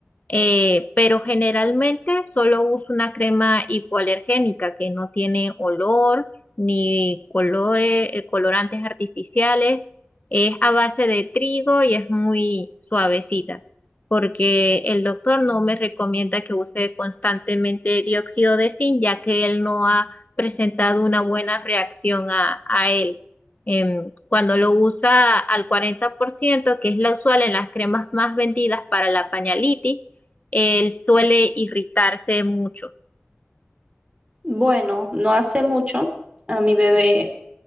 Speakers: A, on the left; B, on the right.
A: Eh, pero generalmente solo uso una crema hipoalergénica que no tiene olor ni colore- eh, colorantes artificiales. Es a base de trigo y es muy suavecita, porque el doctor no me recomienda que use constantemente dióxido de zinc, ya que él no ha presentado una buena reacción a, a él. Em, cuando lo usa al cuarenta por ciento que es la usual en las cremas más vendidas para la pañalitis, él suele irritarse mucho.
B: Bueno, no hace mucho. A mi bebé